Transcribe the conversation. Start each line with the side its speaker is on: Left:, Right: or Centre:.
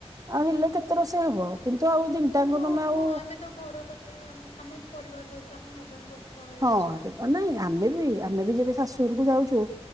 Right: ଆଉ ହେଲେ କେତେ ରୋଷେଇ ହବ କିନ୍ତୁ ଆଉ ଦିନିଟାଙ୍କୁ
Left: ତମର
Right: ତମେ
Left: ଅଳ୍ପ
Right: ଆଉ
Left: ଆମେ ତ ଘର ପାଖ ଆମ ଆମେ ପରିବାର ଧରିକି ଆଠ ନ ଜଣ ଦଶ ଜଣ ମଣିଷ
Right: ହଁ ଏଇଟା ତ ନାଇଁ ଆମେ ବି ଆମେ ବି ଯେବେ ଶାଶୁର କୁ ଯାଉଛୁ